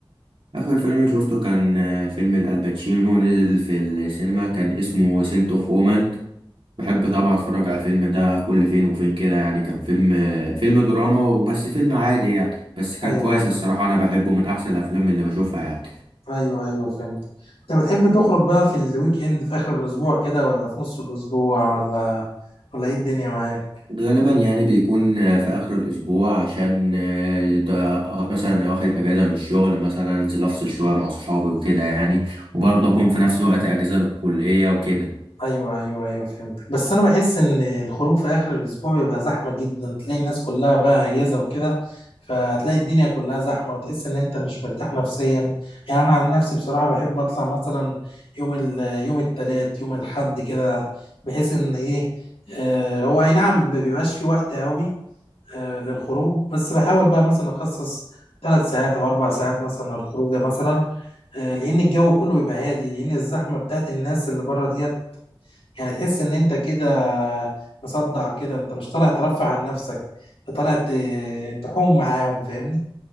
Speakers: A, on the right (about 70°); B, on the left (about 85°).
A: اخر فيلم شفته كان آه، فيلم الالباتشينو نزل في السينما كان اسمه سنت اوف وومن بحب طبعا اتفرج على الفيلم ده كل فين وفين كده يعني كان فيلم آه، فيلم دراما وبس فيلم عادي يعني بس كان
B: أيوه
A: كويس
B: أيوه
A: الصراحة انا بحبه من احسن الافلام اللي بشوفها يعني
B: أيوه أيوه، فهمت أنت بتحب تخرج بقى في الويك إند في آخر الأسبوع كده ولا في نص الأسبوع ولا ولا إيه الدنيا معاك
A: غالبا يعني بيكون في آخر الأسبوع عشان آه، ده مثلا واخد أجازة من الشغل مثلا أنزل أفصل شوية مع صحابي وكده يعني وبرضه أكون في نفس الوقت أجازة من الكلية وكده
B: ايوه ايوه ايوه فهمتك بس انا بحس ان الخروج في اخر الاسبوع بيبقى زحمه جدا تلاقي الناس كلها بقى اجازه وكده فتلاقي الدنيا كلها زحمه وتحس ان انت مش مرتاح نفسيا يعني انا عن نفسي بصراحه بحب اطلع مثلا يوم ال يوم التلات يوم الحد كده بحيث ان ايه آه هو اي نعم ما بيبقاش في وقت قوي آه للخروج بس بحاول بقى مثلا اخصص ثلاث ساعات او اربع ساعات مثلا للخروجه مثلا آه، لان الجو كله بيبقى هادي لان الزحمه بتاعت الناس اللي بره دي يعني تحس ان انت كده مصدع كده انت مش طالع ترفع عن نفسك انت طالع ت- تحوم معاهم فاهمني